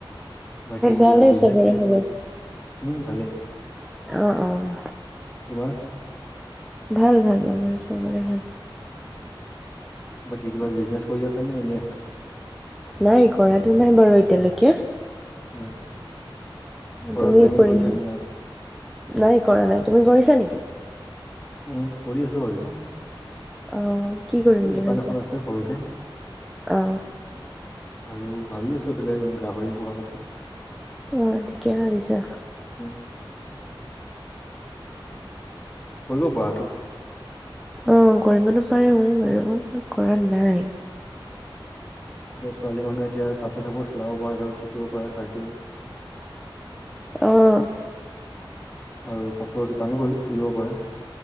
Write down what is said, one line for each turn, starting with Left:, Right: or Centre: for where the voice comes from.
Left: বাকী
Centre: ভালেই
Left: কিবা বিজনেচ
Centre: চবে
Left: চিজনেচ
Centre: খবৰ?
Left: কৰি উম, ভালেই।
Centre: অ', অ'।
Left: তোমাৰ?
Centre: ভাল ভাল, আমাৰ চবৰে
Left: উম,
Centre: ভাল।
Left: বাকী কিবা বিজনেচ কৰি আছা নে এনেই আছা?
Centre: নাই কৰাতো নাই বাৰু এতিয়ালৈকে।
Left: উ, কৰাৰ
Centre: তুমি
Left: প্লেনিং
Centre: কৰিম
Left: কৰিছা নে নাই?
Centre: নাই কৰা নাই। তুমি কৰিছা নেকি?
Left: উম, কৰি আছোঁ ঘৰতে।
Centre: অ কি কৰিম বুলি
Left: দোকান
Centre: ভাবিছা
Left: এখন আছে সৰুকে।
Centre: অ
Left: আৰু ভাবি আছোঁ এইফালে গাহৰি পোহা কথা।
Centre: অ' ঠিকে ভাবিছা।
Left: উম, কৰিব পাৰাতো।
Centre: অ' কৰিবতো পাৰোঁ, বাৰু কৰা নাই।
Left: ছোৱালী মানুহে এতিয়া কাপোৰ চাপোৰ চিলাব পৰা, ধৰা শিকিবপৰা কাটিং।
Centre: অ'।
Left: আৰু কাপোৰৰ দোকানো কৰি খুলিব পাৰা।